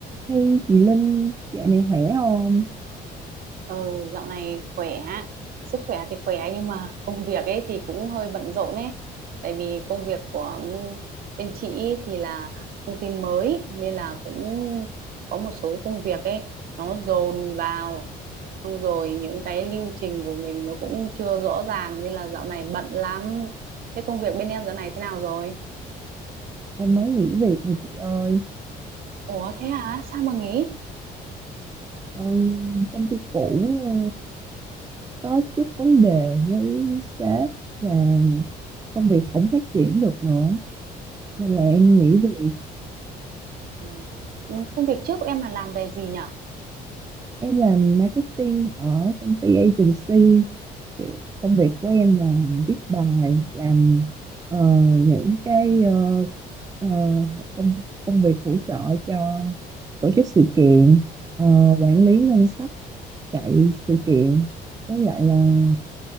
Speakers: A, on the right; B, on the right.
A: Hey chị Linh, dạo này khỏe không?
B: Ờ, dạo này khỏe, sức khỏe thì khỏe nhưng mà công việc ấy thì cũng hơi bận rộn ấy. Tại vì công việc của ừm, bên chị ý thì là công ty mới nên là cũng có một số công việc ấy nó dồn vào. Xong rồi những cái lưu trình của mình nó cũng chưa rõ ràng nên là dạo này bận lắm. Thế công việc bên em dạo này thế nào rồi?
A: Em mới nghỉ việc nè chị ơi.
B: Ủa thế hả? Sao mà nghỉ?
A: Ờ, công ty cũ ờ, có chút vấn đề với sếp và công việc không phát triển được nữa. Nên là em nghỉ việc.
B: Ờ, ừ, Công việc trước của em là làm về gì nhỉ?
A: Em làm marketing ở công ty agency. Kiểu công việc của em là viết bài, làm ờ, những cái ờ, ờ, công, công việc hỗ trợ cho tổ chức sự kiện, ờ, quản lý ngân sách chạy sự kiện với lại là